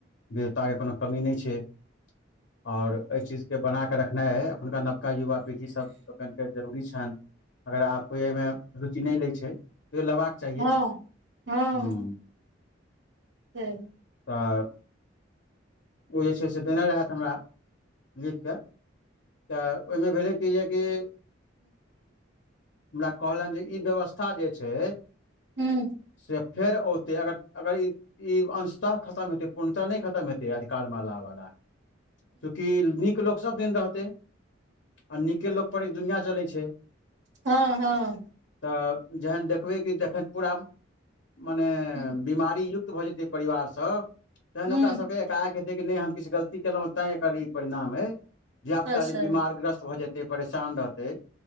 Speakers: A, on the left (about 65°); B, on the right (about 65°).
A: वीरतााक के कोनो कमी नहि छै। और एहि चीज के बनााक रखनाई है अपनुनका न। अखुनका युवा पीढ़ी सब लोकन के जरूरी छनि अगर आब को एहिमे। रुचि नहि लै छै लेबाक चाहिए
B: हँ हँ।
A: हूँ
B: छै।
A: तऽ ओ जे छै से देने रहेथ हमरा। लिख कऽ तऽ ओहिमे भेलै कि जेकि। हमरा कहलनि जे ई व्यवस्था जे छै।
B: हूं।
A: से फेर औते अगर अगर ई अंशतः खतम हेते पूर्णता नहि खतम हे। अधिकार माला वाला चूँकि नीक लोकग सब दिन रहते। आ नीके लोक पर ई दुनिया चलै छै।
B: हँ हँ।
A: तऽ जहन देखबै कि जखन पूरा मने।
B: ह्म
A: बीमारी युक्त भऽ जेतै परिवार सब तहन
B: ह्म
A: ओकरा सब। एक आक हेतै कि नहि हम किछु गलती केलहुँ तैं एकर ई परिणाम है। धियापुता
B: अच्छा
A: जे बिमार ग्रस्त भऽ जेतै परेशान रहतै।